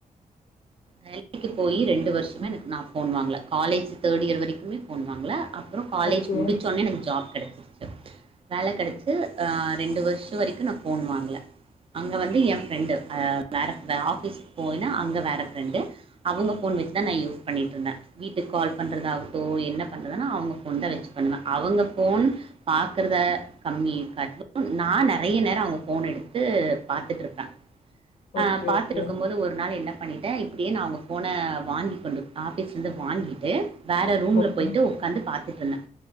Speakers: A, on the right; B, on the left.
A: வேலைக்கு போய் ரெண்டு வருஷமே எனக்கு நான் போன் வாங்கேன் காலேஜ் தேர்டுஇயர் வரைக்குமே போன் வாங்கல அப்புறம் காலேஜ
B: ஓகே
A: முடிச்சொன்ன எனக்கு ஜாப் கிடைக்சு வேலை கிடைச்சுரெண்டு வருஷம் வரைக்கும் நான் போன் வாங்கல அங்க வந்து என் பிரெண்டு வேற ஆபீஸ் போயினா அங்க வேற பிரெண்டு அவங்க போன் வச்சு அவங்கன் நான் யூஸ் பண்ணிட்டு இருந்தேன் வீட்டுக்கு கால் பண்றத ஆாகட்டும் என்ன பண்றதானா அவங்க போன் தான் வச்சு பண்ணுவேன் அவங்க போன் பாக்கறத கம்மிிய இருக்காட்டும் நான் நிறைய நேரம் அவங்க போன் எடுத்து பாாரத்துட்டு இருப்பேன்
B: ஓகே
A: ஆஹ் பாத்துருக்கும்
B: ஓகே
A: போது ஒரு நாள் என்ன பண்ணிவிட்டேன் இப்படியே நான் உங்கள் ஃபோனை வாங்கி கொண்டு ஆபீஸ்லேருந்து வாங்கிட்டு வேற ரூம்ல
B: ஓகே
A: போயிட்டு உட்காந்து பார்த் குட்த்தர்லா